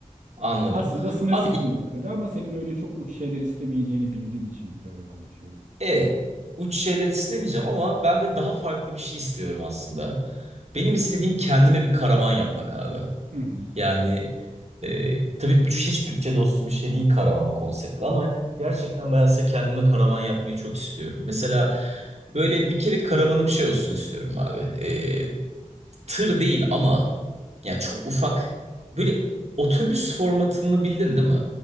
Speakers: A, on the right; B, on the right.
A: Anladım.
B: Aslında sınırsız
A: Abi ilk-
B: bir noktada ama senin öyle çok uç şeyler istemeyeceğini bildiğim için böyle konuşuyorum.
A: evet uç şeyler istemeyeceğim ama ben böyle daha farklı bir şey istiyorum aslında. Benim istediğim kendime bir karavan yapmak abi.
B: Hı hı.
A: Yani e, tabii hiç bütçe dostu bir şey değil karavan konsepti ama gerçekten ben aslında kendime karavan yapmayı çok istiyorum. Mesela böyle bir kere karavanım şey olsun istiyorum abi. E, tır değil ama ya çok ufak böyle otobüs formatını bildin değil mi?